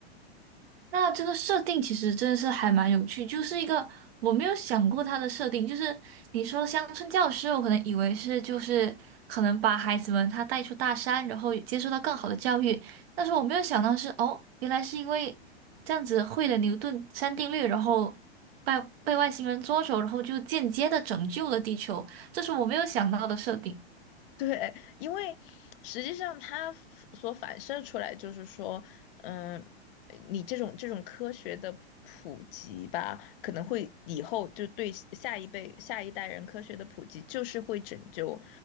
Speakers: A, on the right (about 65°); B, on the left (about 55°).
A: 那这个设定其实真的是还蛮有趣，就是一个我没有想过它的设定，就是你说乡村教师，我可能以为是就是可能把孩子们他带出大山，然后接受到更好的教育，但是我没有想到是哦，原来是因为这样子会了牛顿三定律，然后被被外星人捉走，然后就间接的拯救了地球，这是我没有想到的设定。
B: 对，因为实际上它所反射出来就是说，嗯，你这种这种科学的普及吧，可能会以后就对下一辈、下一代人科学的普及，就是会拯救，